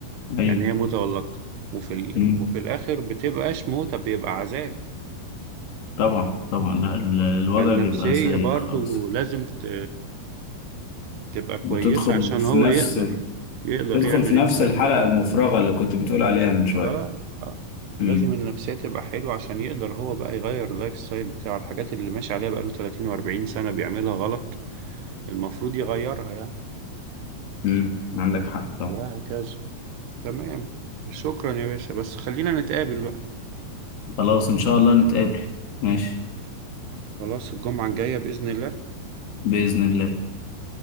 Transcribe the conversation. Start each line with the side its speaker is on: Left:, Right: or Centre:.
Left: أيوه
Right: يعني هي موتة ولا أكتر وفي ال...
Left: مم.
Right: وفي الآخر بتبقاش موتة بيبقى عذاب
Left: طبعا طبعا لا ال- الوضع
Right: فالنفسية
Left: بيبقى سيء
Right: برضو
Left: خالص
Right: لازم ت... تبقى كويسة
Left: بتدخل
Right: عشان
Left: في
Right: هو
Left: نفس
Right: يقدر يقدر
Left: بتدخل
Right: يعمل
Left: في نفس
Right: الكلام
Left: الحلقة
Right: ده كله
Left: المفرغة اللي كنت بتقول عليها من شوية
Right: اه اه
Left: مم،
Right: لازم النفسية تبقى حلوة عشان يقدر هو بقى يغير اللايف ستايل بتاعه الحاجات اللي ماشي عليها بقاله 30 و40 سنة بيعملها غلط المفروض يغيرها يعني
Left: مم. عندك حق طبعا
Right: وهكذا تمام شكرا يا باشا بس خلينا نتقابل بقى
Left: خلاص إن شاء الله نتقابل ماشي
Right: خلاص الجمعة الجاية بإذن الله
Left: بإذن الله